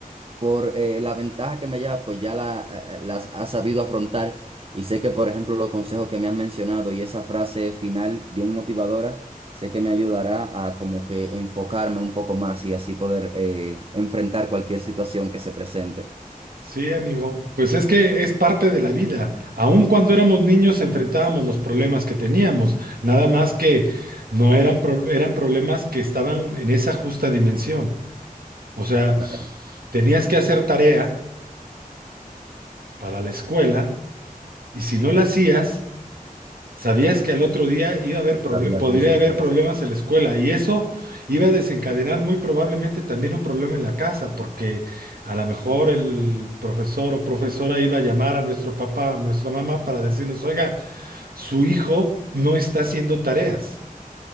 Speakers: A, on the right; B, on the right.
A: por eh, la ventaja que me lleva, pues ya la, eh, las ha sabido afrontar y sé que, por ejemplo, los consejos que me han mencionado y esa frase final bien motivadora, sé que me ayudará a como que enfocarme un poco más y así poder eh, enfrentar cualquier situación que se presente.
B: Sí, amigo, pues es que es parte de la vida. Aun cuando éramos niños enfrentábamos los problemas que teníamos, nada más que no eran, pro- eran problemas que estaban en esa justa dimensión. O sea,
A: Claro,
B: tenías que hacer tarea para la escuela, Y si no la hacías, sabías que al otro día iba a haber proble-
A: había
B: podría
A: consecuencias
B: haber problemas en la escuela y eso iba a desencadenar muy probablemente también un problema en la casa, porque a lo mejor el profesor o profesora iba a llamar a nuestro papá o nuestra mamá para decirnos, oiga, su hijo no está haciendo tareas.